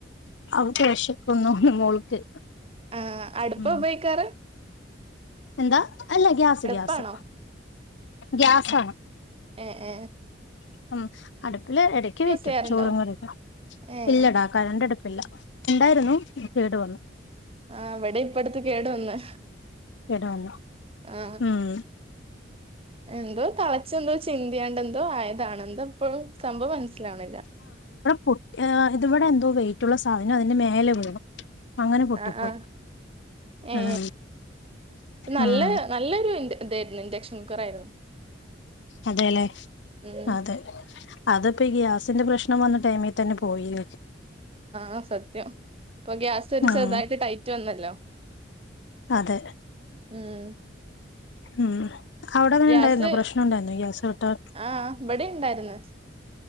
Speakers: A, on the left; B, on the right.
A: അവക്ക് വെശക്കുന്നു. മോൾക്ക്
B: ആ അടുപ്പാ
A: ഉം
B: ഉപയോഗിക്കാറ്.
A: എന്താ അല്ല ഗ്യാസ്
B: അടുപ്പാണോ
A: ഗ്യാസ് ഗ്യാസാണ്
B: ഏ ഏ
A: ഉം അടുപ്പിൽ എടക്ക് വെക്കും
B: ചെയ്യാറുണ്ടോ
A: ചോറും കറിയൊക്കെ
B: ഏഹ്
A: ഇല്ലടാ കറന്റ് ‌അടു ല്ല ഉണ്ടായിരുന്നു കേടു വന്നു
B: ആഹ് ഇവിടെ ഇപ്പ അടുത്ത് കേട് വന്ന്
A: കേടുവന്നു
B: ആഹ്
A: ഉം
B: എന്തോ തളച്ചെന്തോ ചിന്തിയാണ്ട് എന്തോ ആയതാണ് എന്ത ഇപ്പളും സംഭവം മനസ്സിലാവ്ണില്ല
A: പൊട്ടിയെതാ ഇവടെ എന്തോ വെയിറ്റുള്ള സാധനം അതിന്റെ മേലെ വീണു. അങ്ങനെ പൊട്ടിപ്പോയി
B: ആ ആ ഏ
A: ഉം
B: നല്ല
A: ഉം
B: നല്ലൊരു ഇന്റ ഇതെയിരുന്നു ഇൻഡക്ഷൻ കുക്കറായിരുന്നു.
A: അതെലെ
B: ഉം
A: അതെ അതാപ്പം ഗ്യാ ന്റെ പ്രശ്നം വന്ന ടൈമി തന്നെ പോയിന്ന്-
B: ആ സത്യം ഇപ്പം ഗ്യാസ് ഒരു
A: ഉം
B: ചെറുതായിട്ട് ടൈറ്റ് വന്നല്ലോ?
A: അതെ-
B: ഉം-
A: ഉം- അവിടങ്ങനെ
B: ഗ്യാസ്
A: ഇണ്ടായിരുന്നോ പ്രശ്നം ഉണ്ടായിരുന്നോ ഗ്യാസ് കിട്ടാ
B: ആഹ് ഇവിടെ ഇണ്ടായിരുന്നു